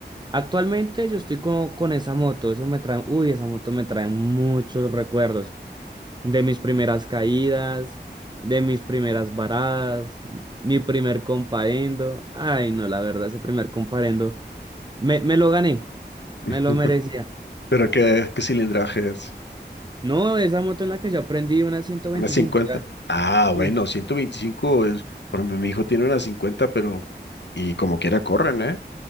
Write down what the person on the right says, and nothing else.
actualmente yo estoy con, con esa moto, eso me trae, uy, esa moto me trae muchos recuerdos de mis primeras caídas, de mis primeras varadas, mi primer comparendo. Ay, no, la verdad, ese primer comparendo me, me lo gané, me
lo merecía.
No, esa moto en la que yo aprendí una 125,
ya.
No,